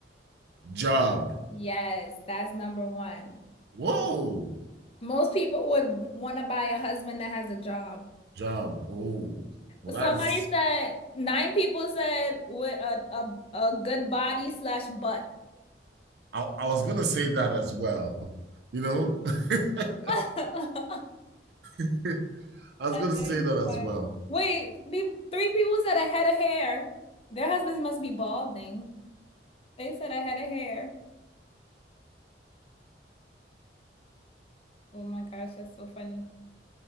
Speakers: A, on the right (about 65°); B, on the left (about 30°).
A: Job.
B: Yes, that's number one.
A: Whoa,
B: Most people would want to buy a husband that has a job.
A: job. Oh, well,
B: Somebody
A: that's.
B: said nine people said with a a, a good body slash butt.
A: I, I was gonna say that as well. You know. <laughs>
B: <laughs>
A: <laughs> I was
B: And
A: gonna
B: they
A: say that as
B: but
A: well.
B: wait, pe- three people said a head of hair. Their husbands must be balding. They said a head of hair. Oh my gosh, that's so funny.